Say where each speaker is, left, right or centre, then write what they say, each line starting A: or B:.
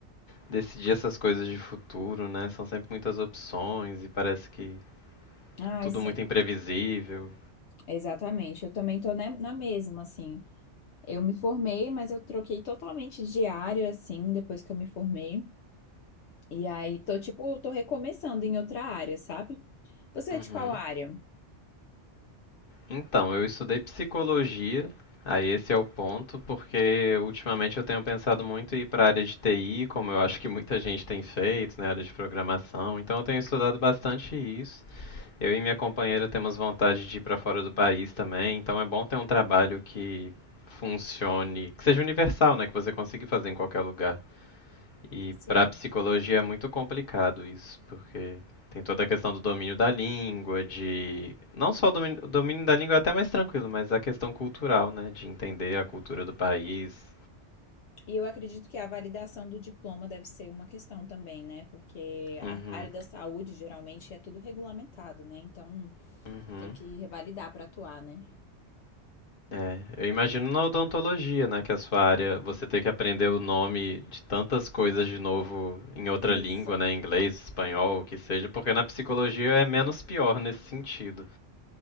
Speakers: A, on the left; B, on the left.
A: Decidir essas coisas de futuro, né? São sempre muitas opções e parece que
B: Ai,
A: tudo
B: sim,
A: muito imprevisível.
B: exatamente. Eu também tô né, na mesma, assim. Eu me formei, mas eu troquei totalmente de área, assim, depois que eu me formei. E aí, tô, tipo, tô recomeçando em outra área, sabe? Você
A: Uhum.
B: é de qual área?
A: Então, eu estudei psicologia, aí esse é o ponto, porque ultimamente eu tenho pensado muito em ir para a área de TI, como eu acho que muita gente tem feito, né, área de programação. Então eu tenho estudado bastante isso. Eu e minha companheira temos vontade de ir para fora do país também, então é bom ter um trabalho que funcione, que seja universal, né, que você consiga fazer em qualquer lugar. E
B: Sim.
A: para psicologia é muito complicado isso, porque tem toda a questão do domínio da língua, de não só o domínio, o domínio da língua é até mais tranquilo, mas a questão cultural, né, de entender a cultura do país.
B: E eu acredito que a validação do diploma deve ser uma questão também, né? Porque
A: Uhum,
B: a área da saúde geralmente é tudo regulamentado, né? Então
A: uhum.
B: tem que revalidar para atuar, né?
A: É, eu imagino na odontologia, né, que é a sua área, você ter que aprender o nome de tantas coisas de novo em outra
B: Isso.
A: língua, né, inglês, espanhol, o que seja, porque na psicologia é menos pior nesse sentido.